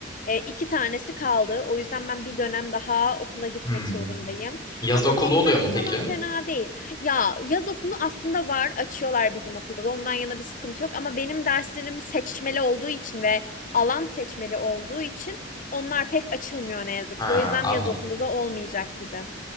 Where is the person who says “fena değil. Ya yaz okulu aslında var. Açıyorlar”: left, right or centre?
Left